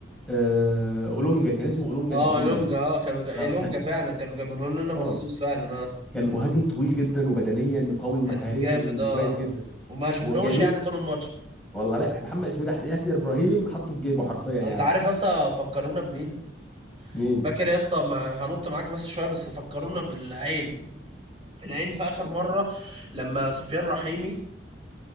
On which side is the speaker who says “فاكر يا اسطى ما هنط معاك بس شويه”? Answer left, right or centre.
Right